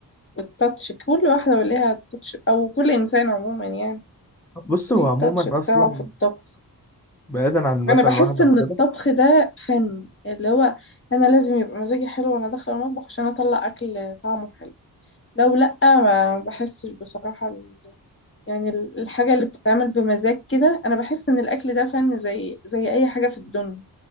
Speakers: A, on the left; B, in the centre.
A: والتاتش كل واحده وليها التاتش او كل انسان عموما يعني
B: بص
A: وليه
B: هو عموما
A: التاتش بتاعه
B: اصلا
A: في الطبخ
B: بعيدا عن مثلا
A: انا بحس
B: واحدة
A: ان
B: او
A: الطبخ
B: كده
A: ده فن اللي هو انا لازم يبقى مزاجي حلو وانا داخله المطبخ عشان اطلع اكل طعمه حلو لو لا ما بحسش بصراحه ال- يعني ال- الحاجه اللي بتتعمل بمزاج كده انا بحس ان الاكل ده فن زي زي اي حاجه في الدنيا